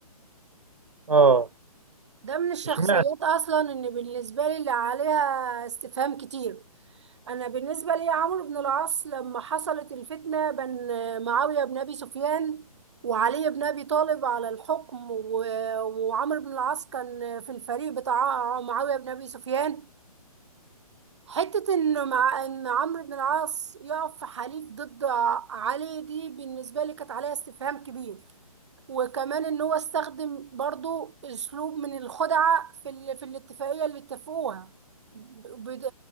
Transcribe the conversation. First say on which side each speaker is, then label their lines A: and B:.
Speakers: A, on the right (about 70°); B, on the right (about 50°).
A: اه آه،
B: ده من الشخصيات
A: اشمعنى
B: اصلا ان بالنسبة لي اللي عليها استفهام كتير انا بالنسبه لي عمرو بن العاص لما حصلت الفتنه بين معاويه بن ابي سفيان وعلي بن ابي طالب على الحكم و- وعمرو بن العاص كان في الفريق بتاع معاويه بن ابي سفيان حته ان مع ان عمرو بن العاص يقف في حليف ضد ع- علي دي بالنسبه لي كانت عليها استفهام كبير وكمان ان هو استخدم برضو اسلوب من الخدعه في ال- في الاتفاقيه اللي اتفقوها ب- بد-